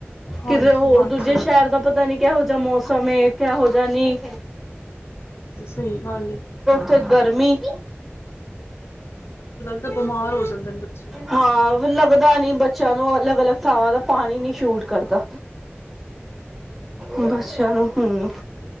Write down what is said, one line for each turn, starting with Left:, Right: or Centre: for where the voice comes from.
Left: ਹਾਂਜੀ,
Centre: ਕਿਧਰੇ ਹੋਰ ਦੂਜੇ ਸ਼ਹਿਰ ਦਾ ਪਤਾ ਨੀ ਕਿਹੋ ਜਿਹਾ ਮੌਸਮ ਕਿਹੋ ਜਿਹਾ ਨੀ
Left: ਬ ਗੱਲ
Centre: ਤੇ ਗਰਮੀ
Left: ਤਾਂ ਬਿਮਾਰ ਹੋ ਜਾਂਦੇ ਨੇ ਬੱਚੇ।
Centre: ਹਾਂ ਲੱਗਦਾ ਨੀ ਬੱਚਿਆਂ ਨੂੰ ਅਲੱਗ ਅਲੱਗ ਥਾਵਾਂ ਦਾ ਪਾਣੀ ਨੀ ਸ਼ੂਟ ਕਰਦਾ ਬੱਚਿਆਂ ਨੂੰ ਹੂੰ